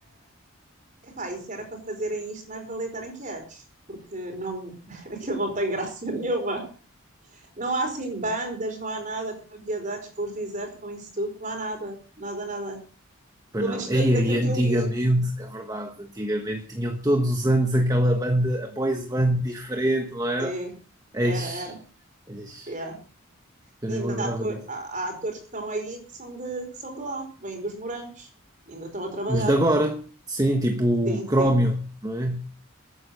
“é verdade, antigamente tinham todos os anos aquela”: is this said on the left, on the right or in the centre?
Right